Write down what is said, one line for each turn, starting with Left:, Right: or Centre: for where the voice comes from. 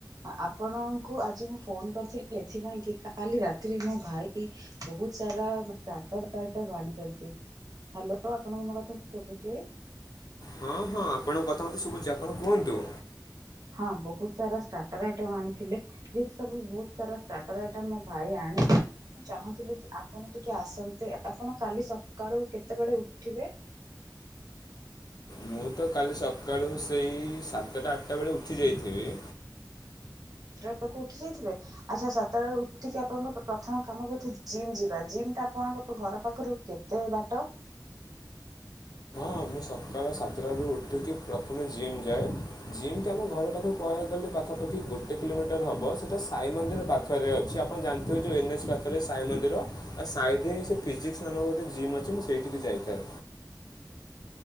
Right: ଆପଣଙ୍କୁ ଆଜି ମୁଁ ଫୋନ କରିଥିଲି ଏଥିପାଇଁ କି କାଲି ରାତିରେ ମୋ ଭାଇ ବହୁତସାରା ଷ୍ଟାର୍ଟର ଆଇଟମ ଆଣିଛନ୍ତି। ହ୍ୟାଲୋ ଆପଣଙ୍କୁ ମୋ କଥା ଶୁଭୁଛି?
Left: ହଁ ହଁ ଆପଣଙ୍କ କଥା ମତେ ଶୁଭୁଛି ଆପଣ କୁହନ୍ତୁ।
Right: ହଁ ବହୁତ ସାରା ଷ୍ଟାର୍ଟର ଆଇଟମ ଆଣିଥିଲେ। ଯେହେତୁ ସବୁ ବହୁତ ସାରା ଷ୍ଟାର୍ଟର ଆଇଟମ ମୋ ଭାଇ ଆଣି ମୁଁ ଚାହୁଁଥିଲି କି ଆପଣ ଟିକେ ଆସନ୍ତେ ଆପଣ କାଲି ସକାଳୁ କେତେବେଳେ ଉଠିବେ?
Left: ମୁଁ ତ କାଲି ସକାଳୁ ସେଇ ସାତଟା ଆଠଟା ବେଳେ ଉଠି ଯାଇଥିବି।
Right: ସାତ ଟା ଆଳକୁ ଉଠି ଯାଇଥିବେ? ଆଚ୍ଛା ସାତ ଟା ବେଳେ ଉଠିକି ଆପଣଙ୍କ ପ୍ରଥମ କାମ କ ଜିମ୍ ଯିବା ଜିମ୍ ଟା ଆପଣଙ୍କ ଘର ପାଖରୁ କେତେ ବାଟ?
Left: ହଁ ମୁଁ ସକାଳ ସାତଟାରୁ ଉଠିକି ପ୍ରଥମେ ଜିମ୍ ଯାଏ ଜିମ୍ ଆମ ଘର ପାଖରୁ କହିବାକୁ ଗଲେ ପାଖାପାଖି ଗୋଟେ କିଲୋମିଟର ହେବ ସେଇଟା ସାଇ ମନ୍ଦିର ପାଖରେ ଅଛି ଆପଣ ଜାଣିଥିବେ ଯୋଉ ଏନ୍ ଏଚ ପାଖରେ ରେ ସାଇ ମନ୍ଦିର ଆଉ ସାଇ ହିଁ ସେ ଫିଜିକ୍ସ ନାମର ଗୋଟେ ଜିମ୍ ଅଛି ମୁଁ ସେଇଠିକି ଯାଇଥାଏ।